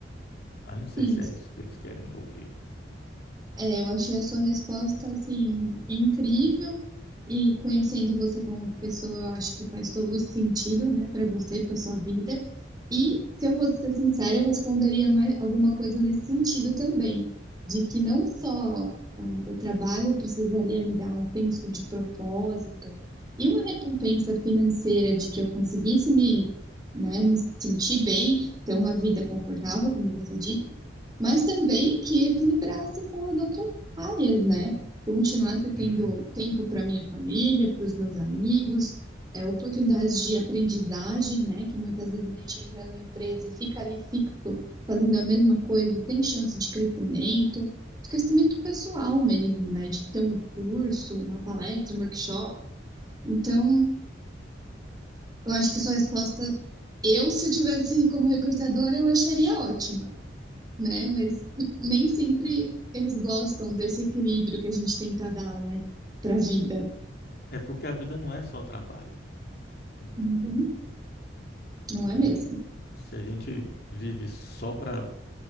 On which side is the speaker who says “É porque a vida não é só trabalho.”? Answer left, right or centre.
Left